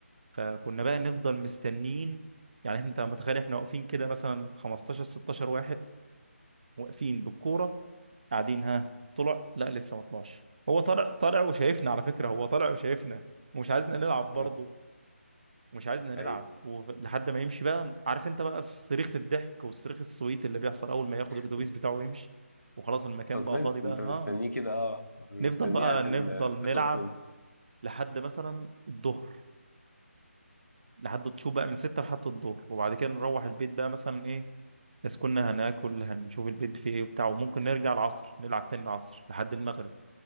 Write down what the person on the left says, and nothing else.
مم.
اه
آه،
ايوه
<laughs>
سسبنس
أنت
مستنيه كده أه مستنيه
عشان
آه، تخلص
منه